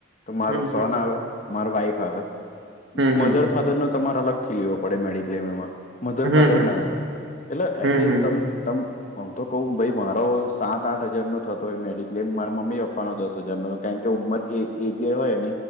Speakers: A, on the left; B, on the right.
A: તો માર
B: હમ
A: સન
B: હમ
A: આવે માર વાઈફ આવે
B: હમ
A: મધર ફાધર નો તમારા અલગ લે પડે મેડિકલેમ એમાં મધર
B: હમ હમ
A: ફાધર ના આવે એટલે
B: હમ હમ
A: એટલીસ્ટ
B: હમ
A: તમ તમ હમ તો કઉ ભાઈ મારો સાત આઠ હજાર નો થતો હોય મેડિક્લેમ મારા મમ્મી પપ્પાનો દસ હજારો કારણ કે ઉંમર એ એ જે હોય